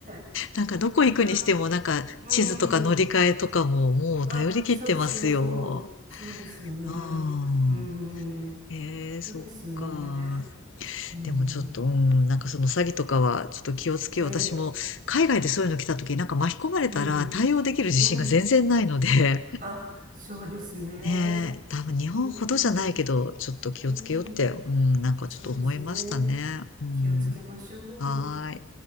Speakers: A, on the right (about 40°); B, on the left (about 65°).
A: え、
B: なんかどこ行くにしてもなんか地図とか乗り換えとかももう頼り切ってますよ。
A: 本当だ。うん。あ、そうそうそう。そうですよね。
B: うん。
A: うん。
B: へえ、
A: 本当ですね。
B: そっか。
A: うん。
B: でもちょっと、うん、なんかその詐欺とかはちょっと気をつけよう。
A: ええ。
B: 私も海外でそういうの来た時なんか巻き込まれたら対応できる自信が全然ないので。
A: うん。うん。あ、そうですね。
B: ねえ、多分日本ほどじゃないけど、
A: うん。
B: ちょっと気をつけようって、
A: うん。
B: うん、なんかちょっと思いましたね。
A: そうですね。
B: うん、
A: 気をつけましょう。
B: はーい。